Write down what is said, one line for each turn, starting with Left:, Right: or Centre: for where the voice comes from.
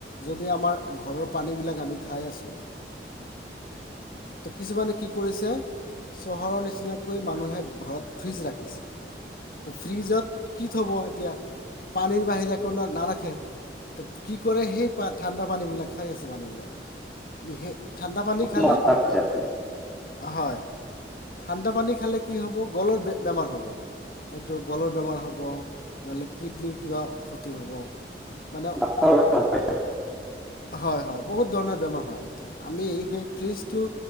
Left: যদি আমাৰ ঘৰৰ পানীবিলাক আমি খাই আছোঁ। ত কিছুমানে কি কৰিছে চহৰৰ নিচিনাকৈ মানুহে ঘৰত ফ্ৰিজ ৰাখিছে। তো ফ্ৰিজত কি থ'ব এতিয়া পানীৰ বাহিৰে একো নাৰাখে। ত' কি কৰে সেই ঠাণ্ডা পানী বিলাক খাই আছে, মানুহবিলাকে কি সেই ঠাণ্ডা পানী খালে
Centre: মৰ তাত যাবি
Left: হয় ঠাণ্ডা পানী খালে কি হ'ব, গলৰ বেমাৰ হ'ব। এইটো গলৰ বেমাৰ হ'ব, নহ'লে কিডনীৰ কিবা ক্ষতি হ'ব মানে
Centre: হয় হয়
Left: হয় হয় বহুত ধৰণৰ বেমাৰ হয়। আমি সেই ফ্ৰিজতো